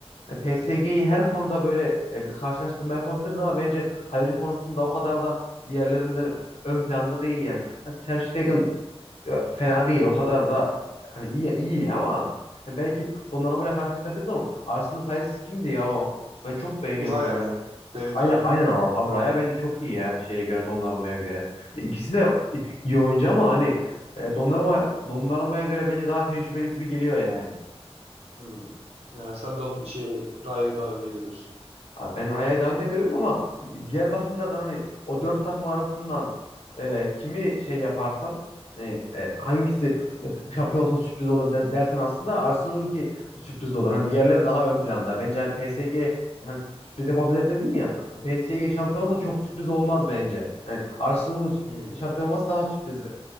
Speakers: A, on the left (about 70°); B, on the right (about 65°).
A: PSG'yi her konuda böyle e, bir karşılaştırma yapabiliriz ama bence kaleci konusunda o kadar da diğerlerinden ön planda değil yani. Hadi Ter Stegen Ya, fena değil. O kadar da hani iyi iyi ama hani belki Donnarumma ile karşılaştırabiliriz ama Arsenal'ın kalecisi kimdi ya o? Ben çok beğeniyordum
B: Raya
A: onu.
B: ya. David
A: Aynen
B: Raya.
A: aynen Abraya bence çok iyi ya şeye göre Donnarumma'ya göre. Hani İkisi de iyi oyuncu ama hani e, Donnarumma Donnarumma'ya göre bence daha tecrübeli gibi geliyor yani.
B: Hı. Yani sen de onun, şey, Raya'yı daha önde görüyorsun.
A: Abi ben Raya'yı daha önde görüyorum ama diğer bakımlardan hani o dört takım arasından e, kimi şey yaparsan hani, e, hangisi e, şampiyon olsa sürpriz olur de- dersen aslında Arsenal'ınki sürpriz de olur. Hani diğerleri daha ön planda. Bence hani PSG yani sürpriz yapabilir dedin ya. PSG şampiyon
B: Hı
A: olsa
B: hı.
A: çok sürpriz olmaz bence. Yani Arsenal'ın
B: Hı.
A: şampiyon olması daha sürpriz be-